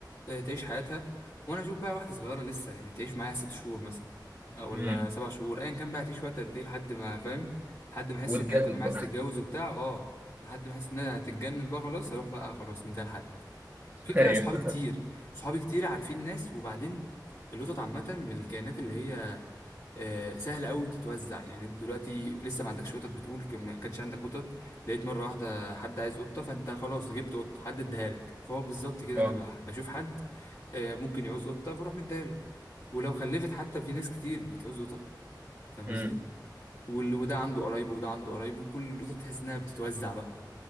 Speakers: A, on the left (about 50°); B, on the right (about 20°).
A: آه، تعيش حياتها وانا اشوف بقى واحده صغيره لسه يعني تعيش معايا ست شهور مثلا آه، ولا
B: امم
A: سبع شهور ايا كان بقى هتعيش وقت قد ايه لحد ما فاهم لحد ما احس
B: وتجدد
A: انها تمام عايزه
B: بقى
A: تتجوز وبتاع اه لحد ما احس انها هتتجنن بقى خلاص اروح بقى خلاص من ده لحد
B: <laughs>
A: كده
B: ايوه
A: كده صحابي كتير صحابي كتير عارفين ناس وبعدين القطط عامه من الكائنات اللي هي آه، سهله قوي تتوزع يعني انت دلوقتي لسه ما عندكش قطط بتقول ك- ما كانش عندك قطط لقيت مره واحده حد عايز قطه فانت خلاص جبت قطه حد اداها لك فهو بالظبط كده
B: اه
A: انا بقى بشوف حد آه، ممكن يعوز قطه بروح مديها له ولو خلفت حتى في ناس كتير بتعوز قطط فاهم
B: امم
A: قصدي وال- وده عنده قرايبه وده عنده قرايبه وكل القطط تحس انها بتتوزع بقى